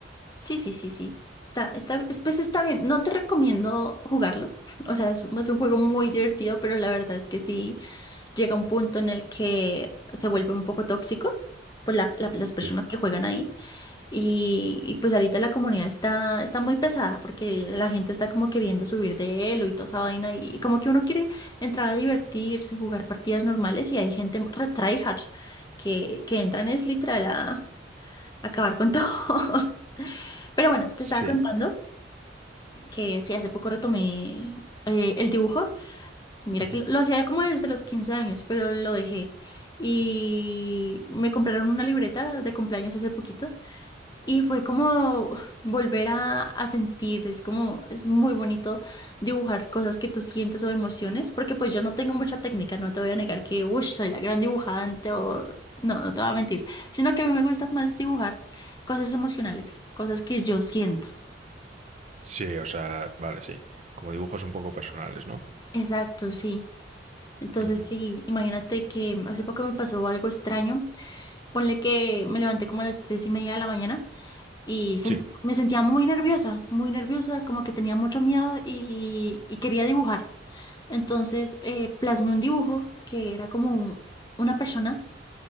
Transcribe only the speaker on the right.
Sí.
Sí.
Ujú.
Sí, o sea, vale, sí. Como dibujos un poco personales, ¿no?
Ujú.
Sí,